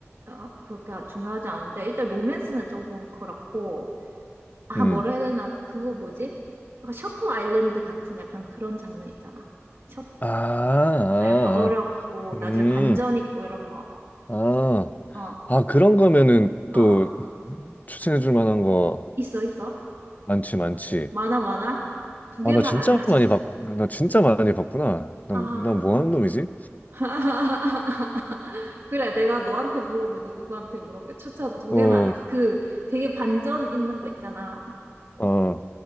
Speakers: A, on the right; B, on the left.
A: 어, 그렇게 중요하지 않은데 일단 로맨스는 조금 그렇고 아
B: 음.
A: 뭐라 해야 되나 그거 뭐지? 약간 셔터 아일랜드 같은 약간 그런 장르 있잖아. 셔,
B: 아. 아.
A: 아 약간 어렵고
B: 아. 음.
A: 나중에 반전 있고 이런 거.
B: 아.
A: 어,
B: 아, 그런 거면은
A: 어,
B: 또 추천해 줄 만한 거
A: 있어 있어.
B: 많지, 많지.
A: 많아 많아. 두 개만
B: 아, 나 진짜
A: 알려줘.
B: 많이 봤, 나 진짜 많이 봤구나. 난,
A: 아,
B: 난뭐
A: 어.
B: 하는 놈이지?
A: <laughs> 그래, 내가 너한테 물어보지, 누구한테 물어보게. 추천 두
B: 어,
A: 개만. 그 되게 반전 있는 거 있잖아.
B: 아,